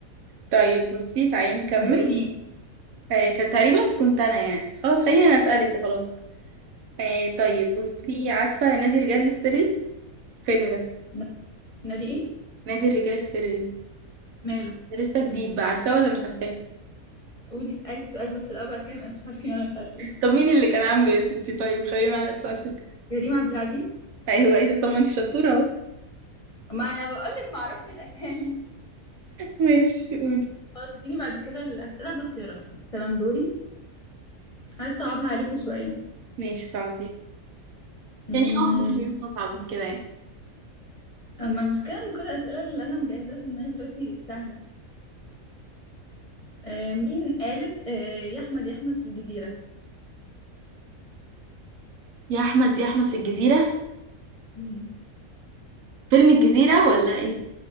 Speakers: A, on the right (about 75°); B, on the left (about 30°).
A: طيب بصي تعالي نكمل
B: دور مين
A: آه كان تقريبا كنت أنا يعني خلاص خليني أنا أسألك وخلاص آه طيب بصي عارفة نادي الرجال السري الفيلم ده
B: ن- نادي ايه
A: نادي الرجال السري
B: ماله
A: ده لسه جديد بقى عارفاه ولا مش عارفاه
B: قولي اسالي السؤال بس الاول بعد كده ما انتوا عارفين ولا مش عارفين
A: طب مين اللي كان عامله يا ستي طيب خلينا سؤال في السؤال.
B: كريم عبد العزيز
A: ايوه ايه ده طب ما انت شطوره اهو
B: ما انا بقول لك ما اعرفش الاسامي
A: ماشي قولي
B: خلاص اديني بعد كده الاسئله باختياراتها تمام دوري عايز اصعبها عليكي شويه
A: ماشي صعبي
B: امم
A: يعني اه مش حاجات اصعب من كده يعني
B: اما المشكله ان كل الاسئله اللي انا مجهزاها في دماغي دلوقتي سهله آه مين قالت آه يا احمد يا احمد في الجزيره
A: يا احمد يا احمد في الجزيره
B: امم
A: فيلم الجزيره ولا ايه